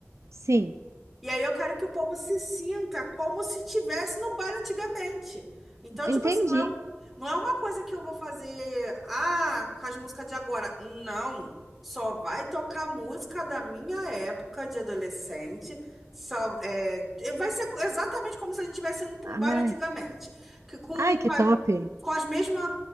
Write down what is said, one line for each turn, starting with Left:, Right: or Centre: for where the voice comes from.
Right: Sim.
Centre: E aí eu quero que o povo se sinta como se tivesse no baile antigamente. Então,
Right: Entendi.
Centre: tipo assim, não é um, não é uma coisa que eu vou fazer, ah, com as músicas de agora. Não. Só vai tocar música da minha época de adolescente. Só, é, vai ser exatamente como se a gente estivesse indo para
Right: Ai,
Centre: um baile antigamente. Que com,
Right: ai,
Centre: com
Right: que top.
Centre: a- com as mesmas